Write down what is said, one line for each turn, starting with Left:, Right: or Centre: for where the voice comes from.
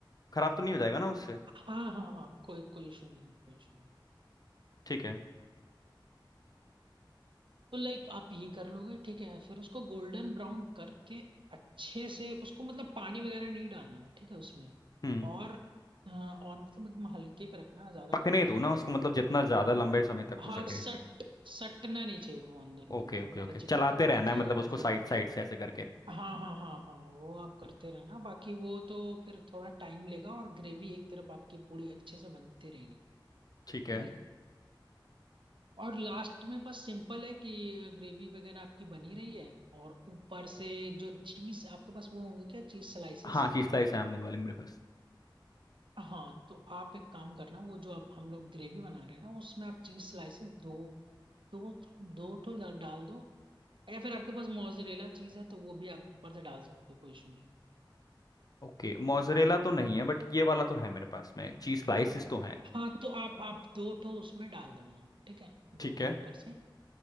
Left: खराब तो नहीं हो जाएगा ना उससे
Right: हाँ हाँ हाँ कोई कोई इशू नहीं है, कोई इशू
Left: ठीक है
Right: तो लाइक आप ये कर लोगे ठीक है फिर उसको गोल्डन ब्राउन करके अच्छे से उसको मतलब पानी वगैरह नहीं डालना है ठीक है उसमें
Left: हम्म
Right: और अ, और मतलब एकदम हल्के पे रखना ज्यादा
Left: पकने
Right: कर दोगे
Left: दो ना
Right: तो फिर
Left: उसको
Right: वो
Left: मतलब
Right: पास्ता
Left: जितना
Right: वगैरह
Left: ज्यादा लंबे समय तक हो
Right: हाँ
Left: सके
Right: सट सटना नहीं चाहिए वो अंदर में
Left: ओके
Right: मतलब
Left: ओके
Right: ज्यादा
Left: ओके
Right: चिपक
Left: चलाते
Right: वपक
Left: रहना
Right: जाएगा
Left: है मतलब
Right: तो
Left: उसको
Right: फिर
Left: साइड
Right: वो
Left: साइड से ऐसे करके
Right: हाँ हाँ हाँ हाँ वो आप करते रहना बाकी वो तो फिर थोड़ा टाइम लेगा और ग्रेवी एक तरफ आपकी पूरी अच्छे से बनती रहेगी
Left: ठीक है
Right: ठीक है और लास्ट में बस सिंपल है कि ग्रेवी वगैरह आपकी बनी रही है और ऊपर से जो चीज आपके पास वो होंगे क्या चीज स्लाइसेस
Left: हाँ चीज स्लाइस है अमूल वाले मेरे पास
Right: हाँ तो आप एक काम करना वो जो अब हम लोग ग्रेवी बना रहे हैं ना उसमें आप चीज स्लाइसेस दो दो दो तो डा- डाल दो या फिर आपके पास मोजरेला चीज है तो वो भी आप ऊपर से डाल सकते हो कोई इशू नहीं है।
Left: ओके मोजरेला तो नहीं है बट ये वाला तो है मेरे पास में चीज स्लाइसिस तो है
Right: हाँ तो आप आप दो ठो उसमें डाल दो ना ठीक है दो
Left: ठीक है
Right: ठो ऊपर से